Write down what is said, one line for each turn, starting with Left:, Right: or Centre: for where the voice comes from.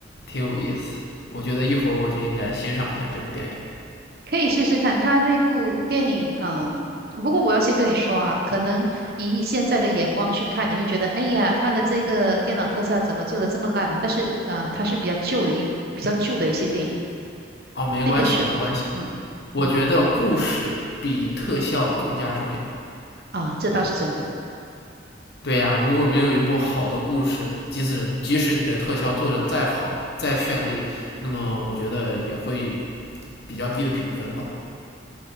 Left: 挺有意思？我觉得一会儿我就应该欣赏一下这部电影。
Right: 可以试试看，他那部电影，嗯，不过我要先跟你说啊，可能以你现在的眼光去看，你会觉得，哎呀，他的这个电脑特效怎么做的这么烂啊？但是，呃，它是比较旧的一比较旧的一些电影，
Left: 哦，没关系，
Right: 那个时候，
Left: 没关系。
Right: 嗯，
Left: 我觉得故事比特效更加重要。
Right: 啊，这倒是真的。
Left: 对呀、啊如果没有一部好的故事，即使即使你的特效做的再好、再绚丽，那么我觉得也会比较低的评分吧。